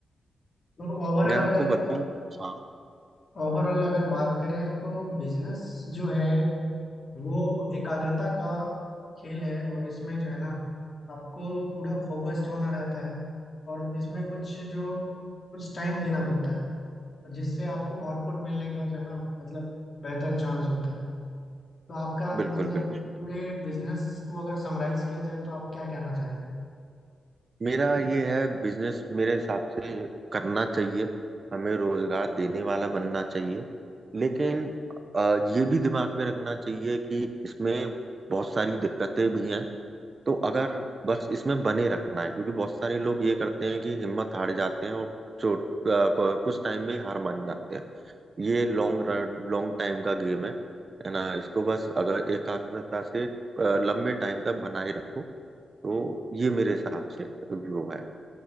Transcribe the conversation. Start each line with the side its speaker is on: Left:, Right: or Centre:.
Left: तो ओवरऑल
Right: मैं आपको
Left: अगर
Right: बताऊं हाँ
Left: ओवरऑल अगर बात करें तो बिजनेस जो है वो एकाग्रता का खेल है और इसमें जो है ना आपको पूरा फोकस्ड होना रहता है और इसमें कुछ जो कुछ टाइम देना पड़ता है और जिससे आपको आउटपुट मिलने का जो है ना मतलब बेहतर चांस होता है तो आपका
Right: बिल्कुल
Left: मतलब
Right: बिल्कुल
Left: पूरे बिजनेस को अगर समराइज किया जाए तो आप क्या कहना चाहेंगे
Right: मेरा ये है बिजनेस मेरे हिसाब से करना चाहिए हमें रोजगार देने वाला बनना चाहिए लेकिन अ, ये भी दिमाग में रखना चाहिए कि इसमें बहुत सारी दिक्कतें भी हैं तो अगर बस इसमें बने रखना है क्योंकि बहुत सारे लोग ये करते हैं कि हिम्मत हार जाते हैं और चोट अ, क- कुछ टाइम में हार मान जाते हैं ये लॉन्ग रन लॉन्ग टाइम का गेम है है ना इसको बस अगर एकाग्रता से अ, लंबे टाइम तक बनाए रखो तो ये मेरे हिसाब से वो है